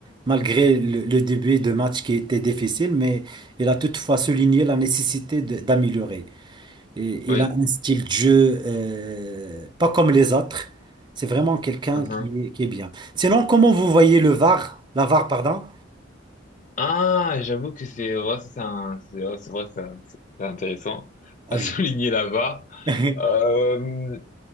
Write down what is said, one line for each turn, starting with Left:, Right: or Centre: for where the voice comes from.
Right: malgré le, le début de match qui était difficile, mais il a toutefois souligné la nécessité de- d'améliorer. Et
Left: ouais.
Right: il a un style de jeu euh, pas comme les autres. C'est vraiment quelqu'un
Left: Uhum.
Right: qui est, qui est bien. Sinon, comment vous voyez le VAR, la VAR, pardon?
Left: Ah, j'avoue que c'est, ouais, ça, c'est un, c'est ouais, c'est vrai, c'est un- c'est intéressant
Right: Ah
Left: à
Right: oui.
Left: <laughs> souligner là-bas.
Right: <laughs>
Left: Euh,